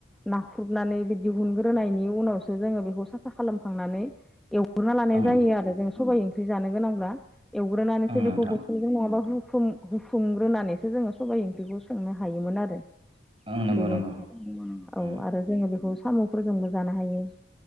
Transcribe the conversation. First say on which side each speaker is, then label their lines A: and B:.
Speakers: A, in the centre; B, on the right.
A: नाख्रुबनानै बि दिहुनग्रोनायनि उनावसो जोङो बेखौ साफा खालामखांनानै एव एवग्रोना लानाय
B: ओं
A: जायो
B: ओं
A: आरो जों सबाय ओंख्रि जानो गोनांब्ला एवग्रोनानैसो
B: ओं नोंथां
A: बेखौ बथलजों नङाबा हु हुफुं हुफुंग्रोनानैसो जोङो सबाय ओंख्रिखौ संनो हायोमोन आरो।
B: ओं नंगौ
A: बेबायदिहाय।
B: नंगौ
A: औ
B: ओं
A: आरो जोङो बेखौ साम'फोरजोंबो जानो हायो